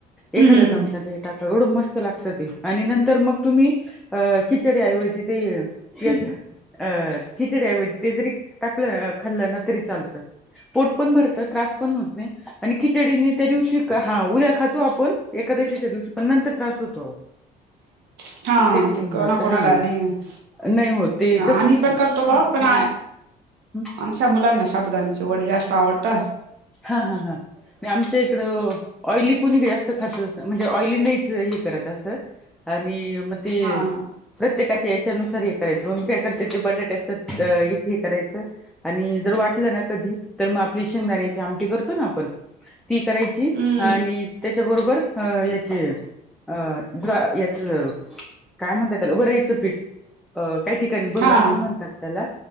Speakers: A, in the centre; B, on the right.
A: एखादा्या
B: हम्म
A: चमचात हे टाका एवढं मस्त लागतं ते आणि नंतर मग तुम्ही अ खिचडीऐवजी ते येत अ खिचडीऐवजी ते जरी टाकलं खाल्लं ना तरी चालतं पोट पण भरत त्रास पण होत नाही आणि खिचडीने त्या दिवशी हा उद्या खातो आपण एकादशीच्या दिवशी पण नंतर त्रास होतो
B: <unintelligible> हा
A: तेच होऊन
B: ते कोणा
A: जात
B: कोणाला
A: हा
B: नाही
A: नाही होत ते
B: आम्ही पण करतो ब पण
A: हम्
B: आमच्या मुलांना साबुदाण्याचे वडे जास्त आवडतं
A: हा हा हा आमच्या इकडं ऑईली कोणी जास्त खात म्हणजे ऑयली नाहीच हे करत असं आणि म ते
B: हा हा
A: प्रत्येकाच्या इच्छेनुसार हे करायचं मग मी काय करते ते बटाट्याचं एक हे करायचं आणि जर वाटलं ना कधी तर मग आपली शेंगदाण्याची आमटी करतो ना आपण ती करायची
B: हम्म
A: आणि त्याच्याबरोबर अ याचे अ ड्रा याच काय म्हणतात त्याला वरईचं पीठ अ काही ठिकाणी भगर
B: हा हा
A: पण म्हणतात त्याला